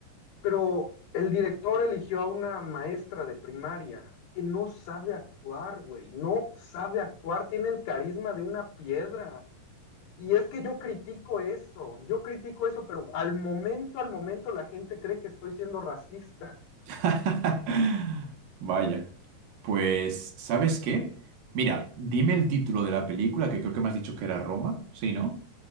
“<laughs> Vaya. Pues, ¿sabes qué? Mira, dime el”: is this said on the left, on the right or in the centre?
Right